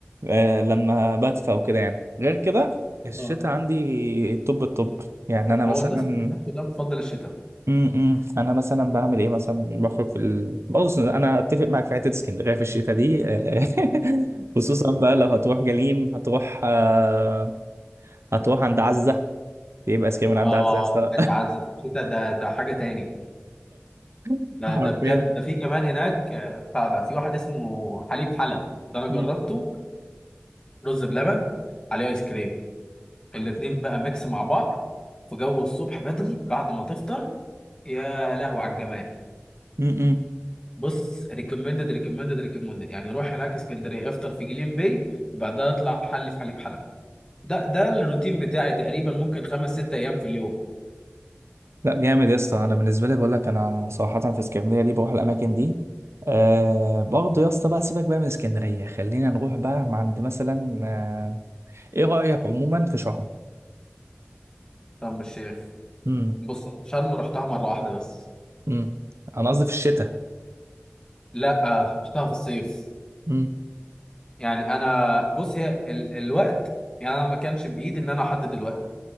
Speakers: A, on the right; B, on the left.
A: آه لما بدفى وكده يعني غير كده الشتاء
B: اه
A: عندي طب الطب يعني انا
B: هو
A: مثلا
B: الناس الناس كلها بتفضل الشتاء
A: امم امم. انا مثلا بعمل ايه مثلا بخرج في ال... بص انا اتفق معاك في حته اسكندريه في الشتاء دي <laughs> خصوصا بقى لو هتروح جليم هتروح آه، هتروح عند عزه تبقى اسكندريه من عند
B: اه
A: عزه يا اسطى
B: بجد عز في الشتاء ده ده حاجه تاني
A: <laughs>
B: ده
A: حرفيا
B: ده بجد ده في كمان هناك آه، بتاع ده في واحد اسمه حليب حلب ده انا جربته
A: مم.
B: رز بلبن عليه ايس كريم الاتنين بقى ميكس مع بعض في جو الصبح بدري بعد ما تفطر يا لهو على الجمال
A: مم.
B: بص ريكومندد ريكومندد ريكومندد يعني روح هناك اسكندريه افطر في جليم باي وبعدها اطلع حلي في حليب حلب ده ده الروتين بتاعي تقريبا ممكن خمس ست ايام في اليوم
A: لا جامد يا اسطى انا بالنسبه لي بقول لك انا صراحه في اسكندريه دي بروح الاماكن دي آه برضه يا اسطى بقى سيبك بقى من اسكندريه خلينا نروح بقى عند مثلا آه ايه رايك عموما في شرم
B: شرم الشيخ
A: امم
B: بص شرم رحتها مره واحده بس
A: امم انا قصدي في الشتاء
B: لا رحتها في الصيف
A: امم
B: يعني انا بص هي ال الوقت يعني انا ما كانش بايدي ان انا احدد الوقت